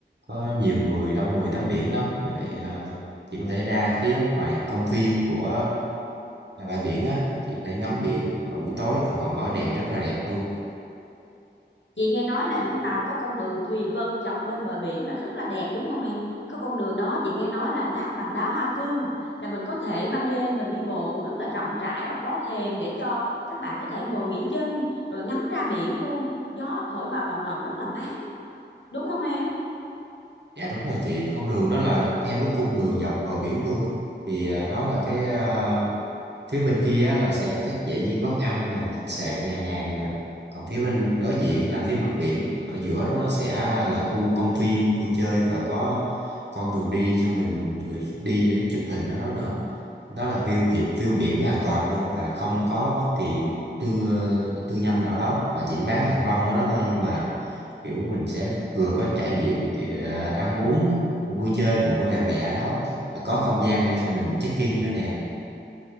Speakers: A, on the right (about 65°); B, on the left (about 80°).
A: có nhiều người đông người tắm biển lắm Vì vậy à, chị có thể ra phía ngoài công viên của à, bãi biển á chị có thể ngắm biển và buổi tối thì họ mở đèn rất là đẹp luôn
B: Chị nghe nói là Vũng Tàu có con đường Thùy Vân dọc bên bờ biển là rất là đẹp đúng không em? Có con đường đó chị nghe nói là lát bằng đá hoa cương là mình có thể ban đêm mình đi bộ rất là rộng rãi và có thềm để cho các bạn có thể ngồi nghỉ chân rồi ngắm ra biển luôn. Gió thổi vào lồng lộng rất là mát đúng không em?
A: Dạ đúng rồi chị, con đường đó là theo cái cung đường dọc bờ biển luôn. Thì à, đó là cái à, phía bên kia á là sẽ các dãy những quán ăn nè khách sạn nhà hàng nè còn phía bên đối diện là phía mặt biển ở giữa đó là sẽ là khu công viên vui chơi và có con đường đi cho mình người đi để chụp hình ở đó nữa đó là view hiện view biển hoàn toàn luôn và không có bất kỳ một tư tư nhân nào đó và chỉ bán hàng rong ở đó thôi nhưng mà kiểu mình sẽ vừa có trải nghiệm kiểu, ăn uống vui chơi cùng với bạn bè ở đó và có không gian để cho mình check in nữa nè